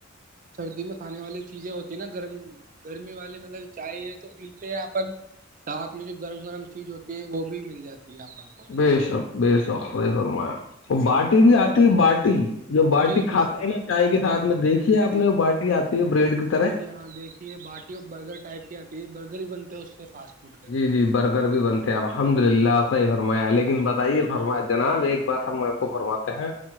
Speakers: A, on the right; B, on the left.
A: سردی میں کھانے والی چیزیں ہوتی ہیں نا گرم گرمی والی مطلب چائے ہے تو پیتے ہیں اپن ساتھ میں جو گرم گرم چیز ہوتی ہے وہ بھی مل جاتی ہے اپن کو
B: بے شک بے شک صحیح فرمایا اور باٹی بھی آتی ہے باٹی جو باٹی
A: جی
B: کھاتے
A: جی ہاں
B: ہے نا چائے کے ساتھ میں دیکھی ہے آپ
A: جی
B: نے وہ باٹی آتی ہے بریڈ کی طرح
A: جی جی ہاں دیکھیے باٹی وہ برگر ٹائپ کی آتی ہے برگرر ہی بنتے ہے اس سے فاسٹ فوڈ کے اندر
B: جی جی برگر بھی بنتے الحمد للہ صحیح فرمایا لیکن بتائیے فرمایا جناب ایک بات ہم آپ کو فرما ہیں